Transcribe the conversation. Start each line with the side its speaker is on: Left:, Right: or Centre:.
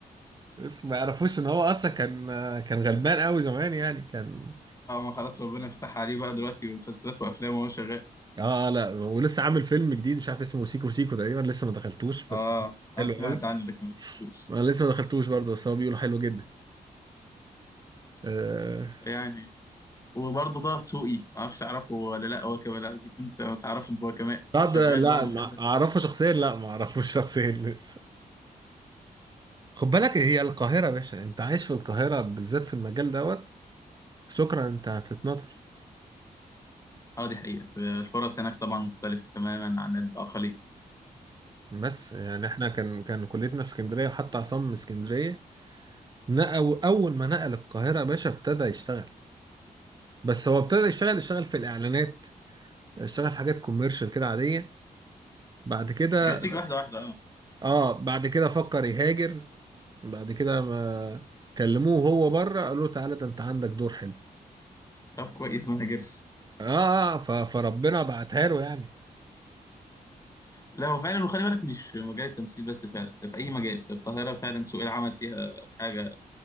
Right: بس ما يعرفوش ان هو اصلا كان آه، كان غلبان قوي زمان يعني كان
Left: اه ما خلاص ربنا فتح عليه بقى دلوقتي مسلسلات وافلام وهو شغال
Right: اه لا ولسه عامل فيلم جديد مش عارف اسمه سيكو سيكو تقريبا لسه ما دخلتوش بس
Left: اه
Right: حلو
Left: انا سمعت
Right: قوي
Left: عنه لكن ما شفتوش
Right: انا لسه ما دخلتوش برضه بس هو بيقولوا حلو جدا آه
Left: يعني وبرضه طه دسوقي ما اعرفش تعرفه ولا لا هو كمان قصدي كنت تعرفه انت هو كمان
Right: لا
Left: شغال
Right: ده لا
Left: برضه
Right: ما
Left: حلو
Right: اعرفه
Left: أوي.
Right: شخصيا لا ما اعرفوش <laughs> شخصيا لسه خد بالك هي القاهرة يا باشا انت عايش في القاهرة بالذات في المجال دوت شكرا انت هتتنطر
Left: اه دي حقيقة الفرص هناك طبعا مختلفة تماما عن الأقاليم
Right: بس يعني احنا كان كان كليتنا في اسكندرية وحتى عصام من اسكندرية نقل اول ما نقل القاهرة يا باشا ابتدى يشتغل بس هو ابتدى يشتغل يشتغل في الاعلانات اشتغل في حاجات كوميرشال كده عادية بعد كده
Left: يعني بتيجي واحدة واحدة اه
Right: اه بعد كده فكر يهاجر بعد كده ما كلموه وهو بره قالوا له تعالى ده انت عندك دور حلو
Left: طب كويس ما هاجرش
Right: اه آه، ف- فربنا بعتها له يعني
Left: لا هو فعلا وخلي بالك مش في مجال التمثيل بس فعلا ده في أي مجال في القاهرة فعلا سوق العمل فيها حاجة